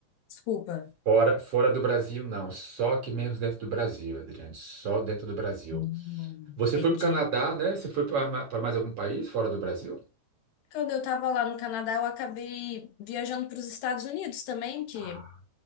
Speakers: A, on the left (about 75°); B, on the right (about 40°).
A: Desculpa.
B: Fora, fora do Brasil, não. Só aqui mesmo dentro do Brasil, Adriane. Só dentro do Brasil.
A: Hum,
B: Você
A: Entendi.
B: foi para o Canadá, né? Você foi para mais algum país fora do Brasil?
A: Quando eu tava lá no Canadá, eu acabei viajando para os Estados Unidos também, que
B: Ah,